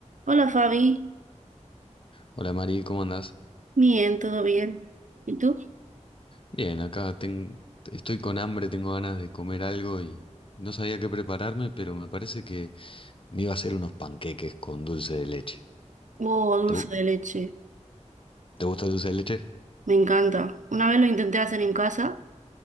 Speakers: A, on the right (about 85°); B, on the left (about 45°).
A: Hola Fabi,
B: Hola Mari, ¿cómo andás?
A: bien, todo bien. ¿Y tú?
B: Bien, acá ten- estoy con hambre, tengo ganas de comer algo y no sabía qué prepararme, pero me parece que me iba a hacer unos panqueques con dulce de leche.
A: Oh, dulce
B: ¿Te, gu-
A: de leche,
B: te gusta el dulce de leche?
A: me encanta. Una vez lo intenté hacer en casa